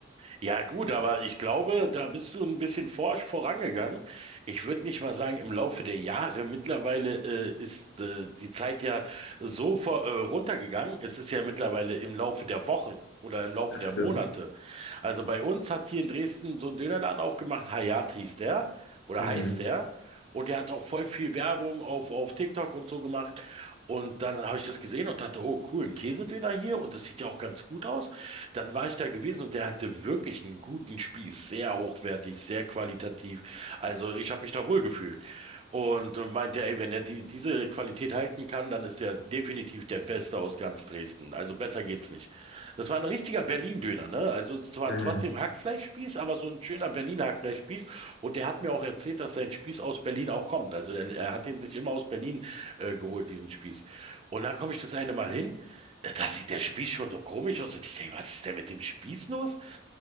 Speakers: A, on the right; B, on the left.
A: Ja, gut, aber ich glaube, da bist du ein bisschen forsch vorangegangen. Ich würde nicht mal sagen, im Laufe der Jahre mittlerweile äh, ist äh, die Zeit ja so vor, äh, runtergegangen. Es ist ja mittlerweile im Laufe der Wochen oder im Laufe
B: Das
A: der
B: stimmt.
A: Monate. Also bei uns hat hier in Dresden so ein Dönerladen aufgemacht, Hayat hieß der oder
B: Mhm,
A: heißt der. Und der hat auch voll viel Werbung auf, auf TikTok und so gemacht. Und dann habe ich das gesehen und dachte, oh cool, ein Käsedöner hier und das sieht ja auch ganz gut aus. Dann war ich da gewesen und der hatte wirklich einen guten Spieß, sehr hochwertig, sehr qualitativ. Also ich habe mich da wohl gefühlt und äh, meinte, ey, wenn er die, diese Qualität halten kann, dann ist er definitiv der Beste aus ganz Dresden. Also besser geht's nicht. Das war ein richtiger Berlin-Döner, ne? Also es ist zwar
B: mhm,
A: trotzdem Hackfleischspieß, aber so ein schöner Berliner Hackfleischspieß. Und der hat mir auch erzählt, dass sein Spieß aus Berlin auch kommt. Also er, er hat ihn sich immer aus Berlin äh, geholt, diesen Spieß. Und dann komme ich das eine Mal hin. Ja, Da sieht der Spieß schon so komisch aus. Und ich denke, was ist denn mit dem Spieß los?